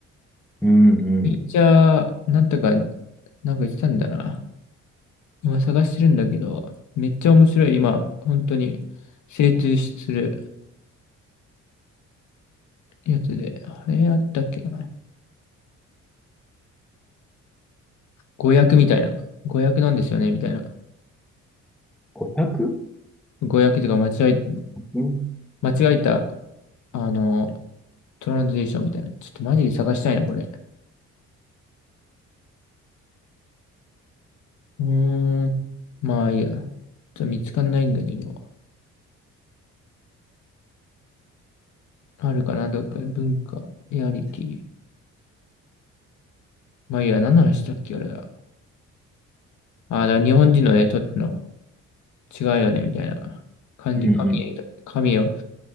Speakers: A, in the centre; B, on the left (about 70°).
A: うんうん。
B: ネイーチャー、なんとか、なんか言ってたんだな。今探してるんだけど、めっちゃ面白い。今、本当に精通しするやつで。あれあったっけな。誤訳みたいな。誤訳なんですよね、みたいな。
A: 500?
B: 誤訳とか間違え、
A: うん
B: 間違えた、あの、トランスレーションみたいな。ちょっとマジで探したいな、これ。うーん。まあいいや。ちょっと見つかんないんだけど。あるかな、どっか。文化、リアリティ。まあいいや、何の話したっけ、俺は。ああ、だから日本人のね、とっての違うよね、みたいな感じ。
A: うんうん。
B: 神、神を